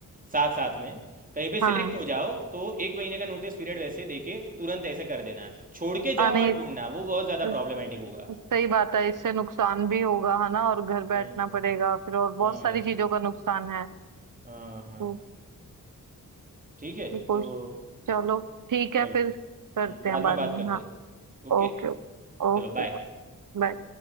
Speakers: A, on the right (about 25°); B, on the right (about 65°).
A: साथ साथ में कहीं पे सिलेक्ट
B: हाँ
A: हो जाओ तो एक महीने का नोटिस पीरियड वैसे दे के तुरंत ऐसे कर देना छोड़ के
B: हाँ
A: जॉब
B: नहीं
A: मत ढूंढना वो बहुत ज़्यादा
B: स-
A: प्रॉब्लमेटिक होगा
B: सही बात है इससे नुकसान भी होगा है ना और घर बैठना
A: हाँ
B: पड़ेगा फिर और बहुत
A: हाँ
B: सारी
A: भाई
B: चीजों का नुकसान है
A: हाँ हाँ
B: तो
A: ठीक है
B: ये कोश
A: तो
B: चलो ठीक है
A: चलो
B: फिर करते
A: हम्म, बाद
B: हैं बाद
A: में बात
B: में
A: करते
B: हाँ
A: हैं ओके
B: ओके ओके
A: चलो बाय
B: बाय